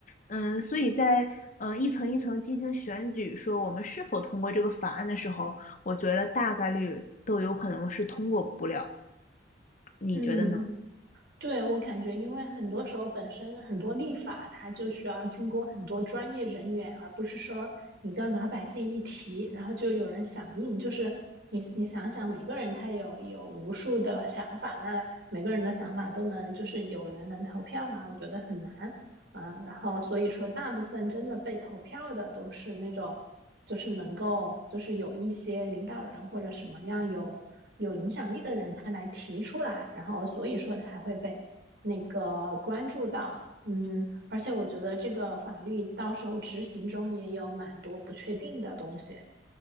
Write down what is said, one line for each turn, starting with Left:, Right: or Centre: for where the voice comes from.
Left: 嗯，所以在嗯呃一层一层进行选举，说我们是否通过这个法案的时候，我觉得大概率都有可能是通过不了，你觉得呢？
Right: 嗯，对，我感觉，因为很多时候本身很多立法，它就需要经过很多专业人员，而不是说你跟老百姓一提，然后就有人响应。就是你你想想，每个人他有有无数的想法，那每个人的想法都能就是有人能投票吗？我觉得很难。嗯，然后所以说，大部分真的被投票的都是那种，就是能够，就是有一些领导人或者什么样有有影响力的人，他来提出来，然后所以说才会被那个关注到。嗯，而且我觉得这个法律到时候执行中也有蛮多不确定的东西。